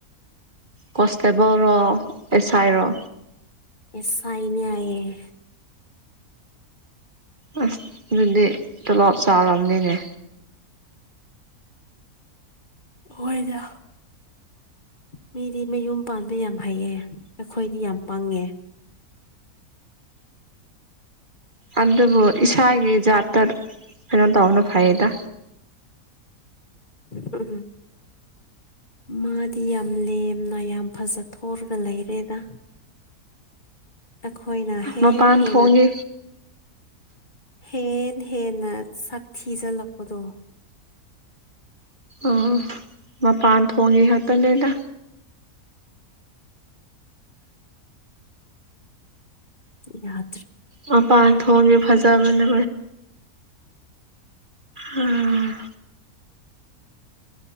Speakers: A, on the right (about 35°); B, on the left (about 35°).
A: ꯀꯣꯟꯁꯇꯦꯕꯜ ꯔ ꯑꯦꯁꯥꯏ ꯔ
B: ꯑꯦꯁꯥꯏꯅꯤ ꯍꯥꯏꯌꯦꯌꯦꯦ
A: ꯑꯁ ꯑꯗꯨꯗꯤ ꯇꯣꯂꯣꯞ ꯆꯥꯎꯔꯕꯔꯕꯅꯤꯅꯦ
B: ꯑꯣꯏꯣꯏꯗ ꯃꯤꯗꯤ ꯃꯌꯨꯝ ꯄꯥꯟꯕ ꯌꯥꯝ ꯍꯩꯑ ꯑꯩꯈꯣꯏꯗꯤ ꯌꯥꯝ ꯄꯪꯉꯦ ꯎ
A: ꯑꯗꯨꯕꯨ ꯏꯁꯥꯒꯤ ꯖꯥꯠꯇ ꯀꯩꯅꯣ ꯇꯧꯕꯅ ꯐꯩꯌꯦꯗ
B: ꯎꯝ ꯍꯝ ꯃꯥꯗꯤ ꯌꯥꯝ ꯂꯦꯝꯅ ꯌꯥꯝ ꯐꯖꯊꯣꯔꯒ ꯂꯩꯔꯦꯗ ꯑꯩꯈꯣꯏꯅ ꯍꯦ
A: ꯃꯄꯥꯟ
B: ꯍꯦꯟꯅ
A: ꯊꯣꯡꯒꯤ
B: ꯍꯦ ꯍꯦꯟꯅ ꯁꯛ ꯊꯤꯖꯜꯂꯛꯄꯗꯣ
A: ꯑꯣ ꯃ ꯄꯥꯟꯊ ꯐꯣꯡꯒꯤ ꯍꯥꯇꯣ ꯂꯩꯦꯗ
B: ꯌꯥ
A: ꯃꯄꯥꯟ ꯊꯣꯡꯒꯤꯦ ꯐꯖꯕꯅ ꯎꯝ